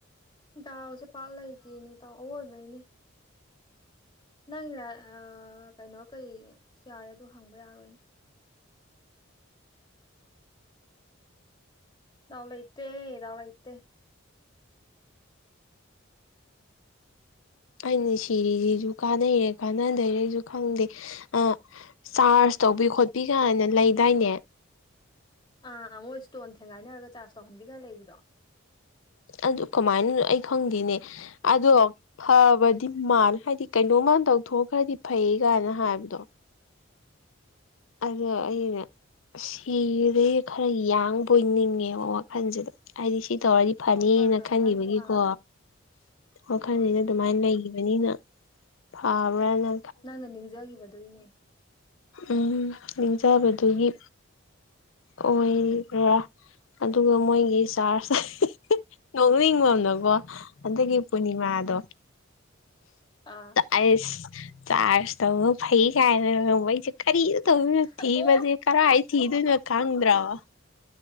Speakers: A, on the left; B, on the left.
A: ꯗꯥꯎꯁꯦ ꯄꯥꯠ ꯂꯩꯇꯦꯅꯦ ꯇꯗꯥꯎ ꯑꯋꯣꯏꯕꯩꯅꯦ ꯅꯪꯔ ꯀꯩꯅꯣ ꯀꯩ ꯌꯥꯔꯦ ꯑꯗꯨꯣ ꯍꯪꯕ ꯌꯥꯔꯣꯏꯅꯦ ꯌꯥꯎꯂꯥꯏꯇꯦ ꯌꯥꯎꯂ ꯏꯇꯦ
B: ꯑꯩꯅ ꯁꯤꯔꯤꯁꯤꯁꯨ ꯀꯥꯟꯅꯩꯔꯦ ꯀꯥꯟꯅꯗꯩꯔꯦꯁꯨ ꯈꯪꯗꯦ ꯑ ꯆꯥꯔꯖ ꯇꯧꯕꯤ ꯈꯣꯠꯄꯤ ꯀꯥꯏꯅ ꯂꯩꯗꯥꯏꯅꯦ
A: ꯑꯥ ꯑꯥ ꯃꯣꯏ ꯏꯁꯇꯣꯟ ꯊꯦꯡꯒꯥꯏꯅꯔꯒ ꯆꯥꯔꯖ ꯇꯧꯍꯟꯕꯤꯒ ꯂꯩꯕꯤꯗꯣ
B: ꯑꯗꯨ ꯀꯃꯥꯏꯅ ꯑꯩ ꯈꯪꯗꯦꯅꯦ ꯑꯗꯣ ꯐꯕꯗꯤ ꯃꯥꯜ ꯍꯥꯏꯗꯤ ꯀꯩꯅꯣ ꯀꯃꯥꯟ ꯇꯧꯊꯣꯛꯈ꯭ꯔꯗꯤ ꯐꯩ ꯀꯥꯏꯅ ꯍꯥꯏꯕꯗꯣ ꯑꯗꯣ ꯑꯅꯦ ꯁꯤꯗꯒꯤꯩ ꯈꯔ ꯌꯥꯡꯕ ꯑꯣꯏꯅꯤꯡꯉꯦꯕ ꯋꯥꯈꯜꯁꯤꯗ ꯍꯥꯏꯗꯤ ꯁꯤ ꯇꯧꯔꯗꯤ ꯐꯅꯤꯅ
A: ꯋꯥꯈꯜꯗꯣ
B: ꯈꯟꯈꯤꯕꯒꯤꯀꯣ
A: ꯅꯪꯅ ꯑꯥ
B: ꯋꯥꯈꯟꯅ
A: ꯑꯥ
B: ꯑꯗꯨꯃꯥꯏꯅ ꯂꯩꯒ ꯅꯤꯅ ꯐꯥꯕ꯭ꯔꯅ
A: ꯅꯪꯅ ꯅꯤꯡꯖꯒꯤꯈꯤꯕꯗꯣꯏꯅꯦ
B: ꯎ ꯂꯦꯡꯖꯕꯗꯨꯒꯤ ꯑꯣꯏꯔꯤꯕ꯭ꯔꯥ ꯑꯗꯨꯒ ꯃꯣꯏꯒꯤ ꯆꯥꯔꯖ ꯅꯣꯛꯅꯤꯡꯕ ꯀꯣ ꯑꯗꯒꯤ ꯄꯨꯔꯅꯤꯃꯥꯗꯣ
A: ꯑꯥ
B: ꯑꯩꯁ ꯆꯥꯔꯖ ꯇ ꯐꯩ ꯀꯥꯏ ꯀꯔꯤꯗ ꯇꯧꯗꯣꯏꯅꯣ ꯊꯤꯕꯁꯦ
A: ꯑꯣ
B: ꯀꯔꯥꯏ ꯊꯤꯗꯣꯏꯅꯣ ꯈꯪꯗ꯭ꯔꯕ